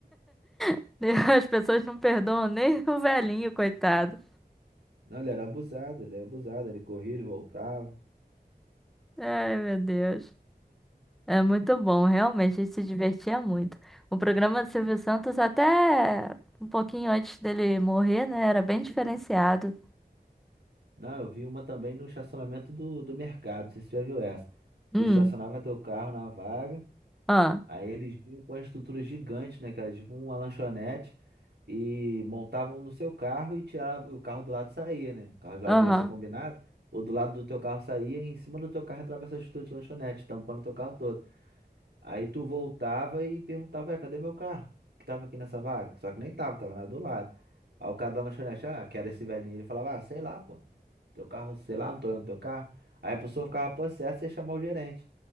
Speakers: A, in the centre; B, on the right (about 85°).
A: <laughs> As pessoas não perdoam nem o velhinho, coitado.
B: Não, ele era abusado, ele era abusado, ele corria, ele voltava.
A: Ai, meu Deus. É muito bom, realmente, a gente se divertia muito. O programa do Silvio Santos, até um pouquinho antes dele morrer, né? Era bem diferenciado.
B: Não, eu vi uma também no estacionamento do, do mercado, não sei se você já viu essa.
A: Hum,
B: Tu estacionava teu carro na vaga,
A: ah,
B: aí eles vinham com a estrutura gigante, né, cara? Tipo uma lanchonete, e montavam no seu carro e tirava, o carro do lado saía, né? O carro do lado
A: aham.
B: ia ser combinado, ou do lado do teu carro saía e em cima do teu carro entrava essa estrutura de lanchonete, tampando teu carro todo. Aí tu voltava e perguntava, "Ué, cadê meu carro? Que tava aqui nessa vaga? Só que nem tava, tava na do lado. Aí o cara da lanchonete, ah, que era esse velhinho, ele falava, ah, sei lá, pô teu carro, sei lá, não tô olhando teu carro. Aí a pessoa ficava possessa e ia chamar o gerente.